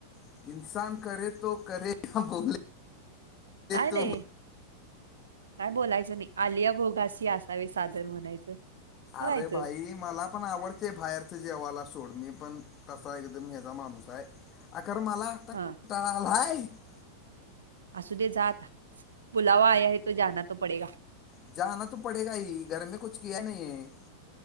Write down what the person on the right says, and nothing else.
काय
नाही. काय बोलायचं नाही आलिया भोगाशी असावे साधन म्हणायचं. करायचं
हा
<unintelligible>